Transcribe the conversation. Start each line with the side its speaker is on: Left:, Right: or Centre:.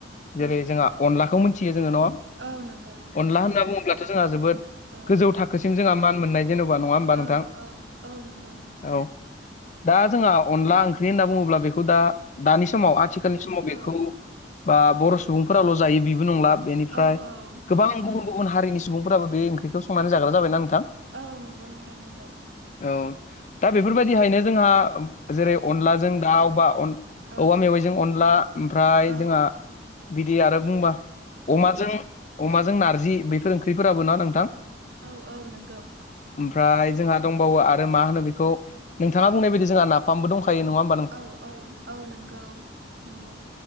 Right: औ
Left: जेरै जोंहा अनलाखौ मिथियो जोंङो न'।
Right: औ नंगौ नोंथां
Left: अनला
Right: नंगौ
Left: होनना बुंङोब्लाथ' जोंहा जोबोद
Right: औ
Left: गोजौ थाखो सिम जोंहा मान मोननाय जेन'बा नंङा होमबा
Right: औ
Left: नोंथां
Right: औ औ नंगौ नोंथां
Left: औ। दा जोंहा अनला ओंख्रि होनना बुङोब्ला बेखौ दा दानि समाव आथिखालनि समाव
Right: औ
Left: बेखौ बा बर' सुबुंफोराल' जायो बेबो नंला। बेनिफ्राय
Right: औ औ
Left: गोबां गुबुन
Right: औ
Left: गुबुन हारिनि सुबुंफोराबो बे ओंख्रिखौ संनानै जाग्रा जाबायना नोंथां।
Right: औ नंगौ नोंथां नोंगौ।
Left: औ दा बेफोरबायदिहायनो जोंहा जेरै
Right: औ
Left: अनलाजों दाउ बा औवा
Right: औ
Left: मेवाइजों अनला ओमफ्राय
Right: औ
Left: जोंहा बिदि आरो बुंबा अमाजों अमाजों नारजि बैफोर ओंख्रिफोराबो ना नोंथां
Right: औ औ नंगौ।
Left: ओमफ्राय जोंहा दंबावो आरो मा होनो बेखौ नोंथाङा बुंनाय बायदि जोंहा नाफामबो दंखायो नंङा
Right: औ औ औ नंगौ नंगौ।